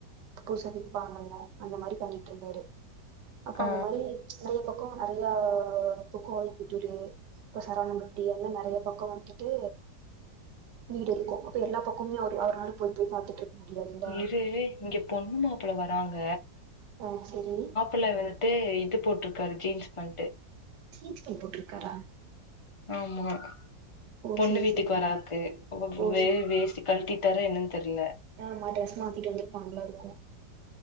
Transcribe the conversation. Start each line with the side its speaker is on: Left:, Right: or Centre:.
Right: பூச வெப்பாங்கல்ல அந்த மாரி பண்ணிட்டு இருந்தாரு அப்ப
Left: ஆ
Right: அந்த மாரி நெறய பம் க்கம் நெறய பக்கம் வ போட்டுரு <unintelligible> இப்ப சரவணம்பட்டி எல்ல நெறய பக்கோ வந்துட்டு வீடு இருக்கு அப்ப எல்லா பக்கமே ஒரு அவ ஒரு நாள் போய் போய் பாத்துட்டு முடியாதுல்ல
Left: இரு இங்க பொண்ணு மாப்புள்ள வராங்க
Right: ஓ செரி
Left: இல்ல வந்துட்டு இது போட்ருக்காரு ஜீன்ஸு பேண்ட்டு
Right: ஜூன்ஸ் பேண்ட் போட்டுருக்காரா
Left: ஆமா
Right: ஓ
Left: பொண்ணு
Right: செரி
Left: வீட்டுக்கு
Right: செரி
Left: வராக்கு
Right: ஓ
Left: வே வேஸ்ட்டி கழட்டிட்டார என்னன்னு தெரில்ல
Right: ஆ டிரஸ் மாத்திட்டு வந்திருப்பாங்கல்லா இருக்கு